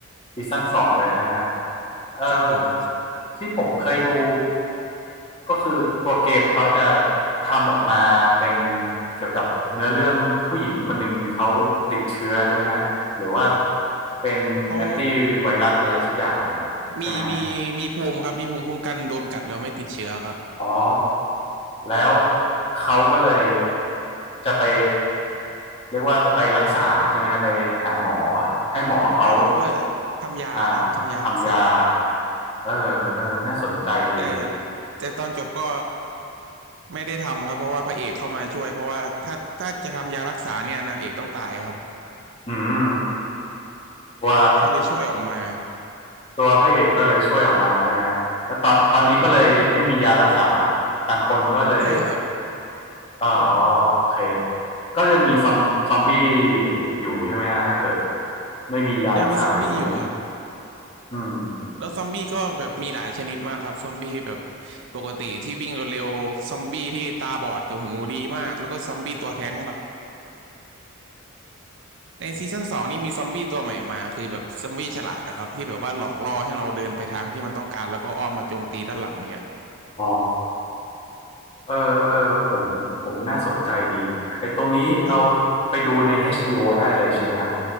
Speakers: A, on the left; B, on the right.
A: ซีซั่นสองเลยใช่ไหมครับเอ่อ
B: ครับผม
A: ที่ผมเคยดูก็คือตัวเกมเขาจะทำออกมาเป็นเกี่ยวกับเนื้อเรื่องผู้หญิงคนหนึ่งเขาติดเชื้อใช่ไหมฮะหรือว่าเป็นแอนตี้ไวรัสอะไรสักอย่างนะครับใช่ไหมฮะ
B: เขามีมีมีภูมิครับมีภูมิคุ้มกันโดนกัดแล้วไม่ติดเชื้อครับ
A: อ๋อแล้วเขาก็เลยจะไปเรียกว่าไปรักษาใช่ไหมฮะไปหาหมอให้หมอเขา
B: หาหมอเพื่อทำยาครับทำยารักษา
A: อ่าทำยาเออเออน่าสนใจดี
B: แต่แต่ตอนจบก็ไม่ได้ทำครับเพราะว่าพระเอกเข้ามาช่วยเพราะว่าถ้าถ้าจะทำยารักษาเนี่ยนางเอกต้องตายครับ
A: อืมตัว
B: เขาเลยช่วยออกมา
A: ตัวพระเอกก็เลยช่วยออกมาใช่ไหมฮะแล้วตอนตอนนี้ก็เลยไม่มียารักษา
B: ครับผม
A: ต่างคนก็เลย
B: ใช่ครับ
A: อ๋อโอเคก็ยังมีซอมซอมบี้อยู่อยู่ใช่ไหมฮะถ้าเกิดไม่มียารักษาอย่างเงี้ย
B: ยังมีซอมบี้อยู่ครับ
A: อืม
B: แล้วซอมบี้ก็แบบมีหลายชนิดมากครับซอมบี้แบบปกติที่วิ่งเร็วๆซอมบี้ที่ตาบอดแต่หูดีมากแล้วก็ซอมบี้ตัวแท้งครับ ในซีซั่นสองนี่มีซอมบี้ตัวใหม่มาคือแบบซอมบี้ฉลาดนะครับที่แบบว่าหลอกล่อให้เราเดินไปทางที่มันต้องการแล้วก็อ้อมมาโจมตีด้านหลังเนี่ย
A: อ๋อเออเออผมผมน่าสนใจดีไอ้ตรงนี้เรา
B: ครับ
A: ไปดูใน HBO ได้เลยใช่ไหมครับ